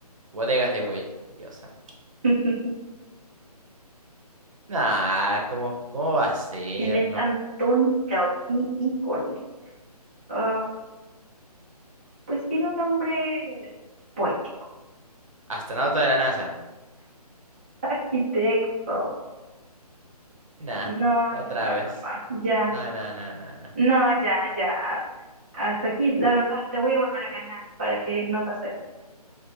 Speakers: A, on the right (about 55°); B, on the right (about 20°).
A: Bodegas de Güell, Dios santo.
B: <laughs>
A: Nah, ¿cómo, cómo va a ser?
B: ¿Quién es
A: No,
B: Antón
A: p-
B: Gaudí y Cornet? Ah, pues tiene un nombre poético.
A: astronauta de la NASA.
B: <laughs> Arquitecto.
A: Nah,
B: No,
A: otra
B: no, no, no,
A: vez.
B: no. Ya.
A: Nah, nah, nah, nah, nah.
B: No, ya, ya. Hasta aquí, la verdad, te voy a volver a ganar para que no te acerques.